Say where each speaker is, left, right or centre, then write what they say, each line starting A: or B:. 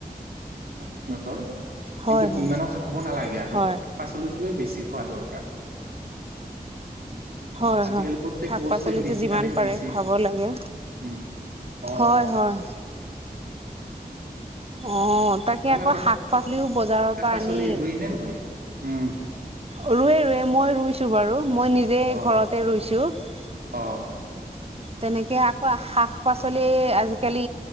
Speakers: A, on the right; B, on the right.
A: সিহঁতৰ
B: হয়
A: কিন্তু
B: হয়
A: ইমানো খাব নালাগে আৰু
B: হয়
A: পাচলিটোৱে বেছি খোৱা দৰকাৰ
B: হয়
A: আজিকালি
B: হয়
A: প্ৰত্যেক
B: শাক
A: বস্তুৱে
B: পাচলিতো
A: মেডিচিন
B: যিমান
A: খালি মেডিচিন
B: পাৰে খাব লাগে
A: উম অ
B: হয় হয় অ তাকে
A: আপোনাৰ
B: আকৌ
A: ঘৰত
B: শাক পাচলিও বজাৰৰ
A: শাক
B: পৰা আনি
A: <unintelligible> উম।
B: ৰুৱে ৰুৱে মই ৰুইছো বাৰু মই নিজে
A: অ
B: ঘৰতে ৰুইছো হা হা।
A: অ
B: <unintelligible> তেনেকে আকৌ শাক-পাচলি আজিকালি